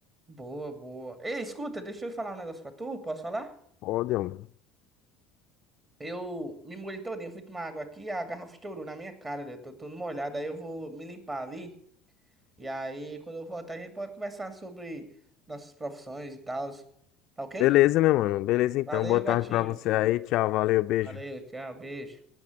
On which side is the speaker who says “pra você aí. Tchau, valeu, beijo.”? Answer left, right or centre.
Left